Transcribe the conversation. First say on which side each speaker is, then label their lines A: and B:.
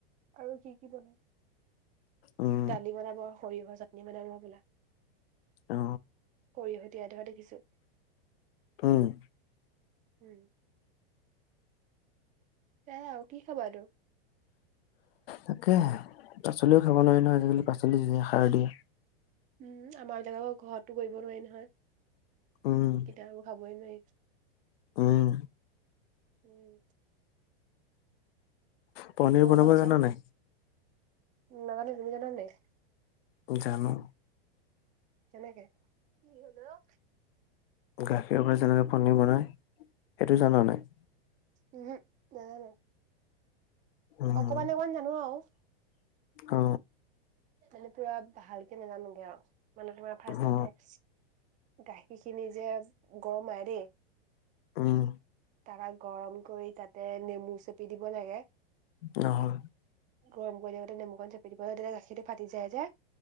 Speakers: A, on the right (about 25°); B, on the left (about 70°).
A: আৰু কি কি বনাই?
B: উম
A: দালি বনাব আৰু সৰিয়হৰ চাটনি বনাব হবলা।
B: অ।
A: কৰি <unintelligible> ধৰা দেখিছো।
B: কি?
A: উম। এয়াই আৰু কি খাবা নো?
B: তাকে, পাচলিও খাব নোৱাৰি নহয় আজিকালি পাচলি যিহে সাৰ দিয়ে।
A: উম, আমাৰ ইয়াত আকৌ ঘৰটো কৰিব নোৱাৰি নহয়।
B: উম।
A: এতিয়া আৰু খাবই নোৱাৰি।
B: উম।
A: উম।
B: পনীৰ
A: তোমালোকৰ
B: বনাব
A: ঘৰত আছে
B: জানা
A: নে?
B: নাই
A: নাজানো তুমি জানা নাই?
B: জানো।
A: কেনেকে? কি হল অ?
B: গাখীৰৰ পৰা যেনে পনীৰ বনায় সেইটো জান নাই?
A: উহো নাজানো।
B: উম,
A: অকমান অকমান জানো আৰু।
B: অ।
A: মানে পুৰা ভালকে নাজানোগে আৰু মানে তোমাৰ ফাৰ্ষ্টত
B: অ,
A: ধে গাখীৰখিনি যে গৰমাই দেই।
B: উম।
A: তাপা গৰম কৰি তাতে নেমু চেপি দিব লাগে।
B: নহল।
A: গৰম কৰি দিওঁতে নেমু অকন চেপি দিব লাগে, তেতিয়া গাখীৰটো ফাটি যায় যে।